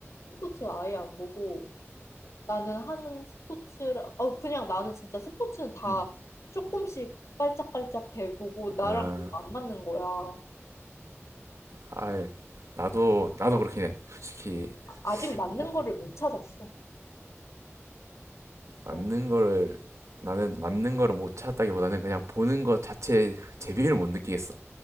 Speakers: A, on the left; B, on the right.
A: 스포츠 아예 안 보고 나는 하는 스포츠라, 어, 그냥 나는 진짜 스포츠는 다
B: 음,
A: 조금씩 깔짝깔짝 대보고 나랑
B: 아,
A: 너무 안 맞는 거야.
B: 아예 나도 나도 그렇긴 해. 솔직히
A: 아직 맞는
B: 뭐,
A: 거를 못 찾았어.
B: 맞는
A: 어,
B: 거를 나는 맞는 거를 못 찾았다기보다는 그냥 보는 것 자체의 재미를 못 느끼겠어.